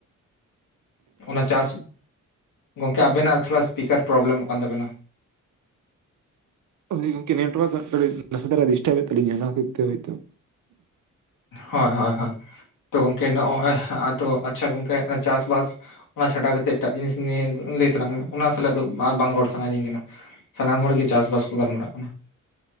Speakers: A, on the left; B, on the right.
A: ᱚᱱᱟ ᱪᱟᱥ, ᱜᱚᱝᱠᱮ ᱟᱵᱮᱱᱟᱜ ᱛᱷᱚᱲᱟ ᱥᱯᱤᱠᱟᱨ ᱯᱨᱚᱵᱞᱮᱢᱚᱜ ᱠᱟᱱ ᱛᱟᱵᱮᱱᱟ
B: <unintelligible> ᱦᱚᱭ ᱜᱚᱢᱠᱮ ᱱᱮᱴ ᱳᱣᱟᱨᱥ ᱱᱟᱥᱮ ᱫᱟᱨᱟ ᱰᱤᱥᱴᱟᱨᱱ ᱮ ᱛᱟᱞᱤᱧᱟ ᱚᱱᱟ ᱦᱚᱛᱮᱡ ᱛᱮ ᱦᱳᱭ ᱛᱚ
A: ᱦᱳᱭ ᱦᱳᱭ ᱦᱳᱭ ᱛᱚ ᱜᱚᱢᱠᱮ ᱱᱚᱜᱼᱚᱭ ᱟᱫᱚ ᱟᱪᱪᱷᱟ ᱜᱚᱝᱠᱮ ᱪᱟᱥᱵᱟᱥ ᱚᱱᱟ ᱪᱷᱟᱰᱟ ᱠᱟᱛᱮᱫ ᱮᱴᱟᱜ ᱡᱤᱱᱤᱥ ᱱᱤᱭᱟᱹ ᱞᱟᱹᱭ ᱛᱟᱞᱟᱝ ᱢᱮ ᱚᱱᱟ ᱥᱟᱞᱟᱜ ᱫᱚ ᱟᱨ ᱵᱟᱝ ᱨᱚᱲ ᱥᱟᱱᱟᱭᱤᱫᱤᱧ ᱠᱟᱱᱟ ᱥᱟᱱᱟᱢ ᱦᱚᱲ ᱜᱮ ᱪᱟᱥ ᱵᱟᱥ ᱠᱚ ᱜᱟᱞᱢᱟᱨᱟᱜ ᱠᱟᱱᱟ᱾